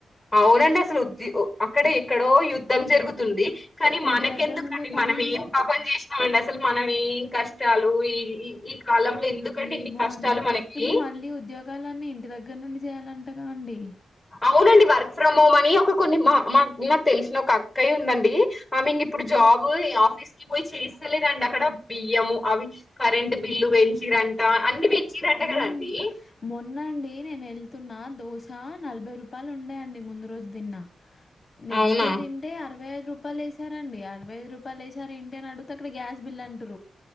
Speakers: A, in the centre; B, on the left.
A: అవునండి అసలు ఉద్ ఒ ఒక్కడే ఎక్కడో యుద్ధం జరుగుతుంది కానీ
B: ఇంటి
A: మనకెందుకండి
B: దగ్గర నుండే పని
A: మనం ఏం పాపం చేసినామండి అసలు మనవి కష్టాలు ఈ కాలంలో ఎందుకంటే
B: ఏమో
A: ఇన్ని కష్టాలు
B: అండి
A: మనకి
B: ఇప్పుడు మళ్ళీ ఉద్యోగాలన్నీ ఇంటి దగ్గర నుండి చేయాలంటే అంతగా అండి
A: అవునండి వర్క్ ఫ్రమ్ హోమ్ అని ఒక కొన్ని మా మా నాకు తెలిసిన ఒక అక్కయ ఉందండి ఆమె ఇంక్ ఇప్పుడు జాబ్ ఆఫీస్ కి పోయి చేస్తలేదండి అక్కడ బియ్యము అవి కరెంట్ బిల్లు పెంచిరంటా అన్ని పెంచిరంట
B: హుమ్
A: కదండి
B: మొన్నండి నేను ఎళ్తున్నా దోశ నలభై రూపాయలు ఉండ అండి ముందు రోజు తిన్న నెక్స్ట్
A: అవునా
B: డే తింటే అరవై ఐదు రూపాయలు ఏసారండి అరవై ఐదు రూపాయలు ఏసారు ఏంటి అంటే అక్కడ గ్యాస్ బిల్ అంటూర్రు